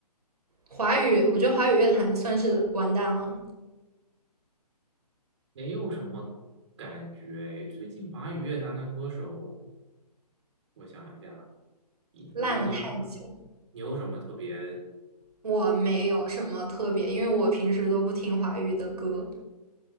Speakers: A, on the right; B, on the right.
A: 华语，我觉得华语乐坛算是完蛋了，
B: 没有什么感觉。最近华语乐坛的歌手，我想一下，你你你有什么
A: 烂了太久。
B: 你有什么特别？
A: 我没有什么特别，因为我平时都不听华语的歌，